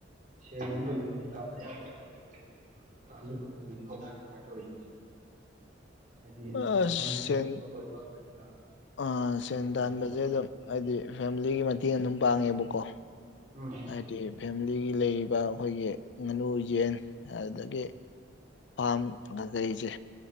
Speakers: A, on the right; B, on the left.
A: ꯁꯦꯒꯨꯝ ꯀꯩꯒꯨꯝꯕꯗꯤ ꯇꯥꯟꯗ ꯌꯥꯗꯅꯤꯅ ꯀꯩꯀꯩ ꯇꯥꯟꯕꯩ ꯈꯣꯠꯄꯒꯤꯗꯤ ꯍꯣꯅꯔꯤ ꯀꯃꯥꯏꯅ ꯇꯧꯔꯤ ꯍꯥꯏꯗꯤ
B: ꯑꯁ
A: ꯉꯥꯡ ꯌꯦꯟꯒꯨꯝꯕ
B: ꯁꯦꯟ
A: ꯂꯣꯏꯕ ꯂꯩꯗꯅ
B: ꯑ ꯁꯦꯟ
A: ꯑꯗꯨꯒꯨꯝꯕ
B: ꯇꯥꯟꯕꯁꯦ
A: ꯇꯧꯕ꯭ꯔꯥ
B: ꯑꯗꯨꯝ ꯍꯥꯏꯗꯤ ꯐꯦꯃꯤꯂꯤꯒꯤ ꯃꯇꯦꯡ ꯑꯗꯨꯝ ꯄꯥꯡꯉꯦꯕꯀꯣ
A: ꯎꯝ
B: ꯍꯥꯏꯗꯤ ꯐꯦꯃꯤꯂꯤꯒꯤ ꯂꯩꯔꯤꯕ ꯑꯩꯈꯣꯏꯒꯤ ꯉꯥꯅꯨ ꯌꯦꯟ ꯑꯗꯨꯗꯒꯤ ꯄꯥꯝꯗꯕ ꯑꯩꯁꯦ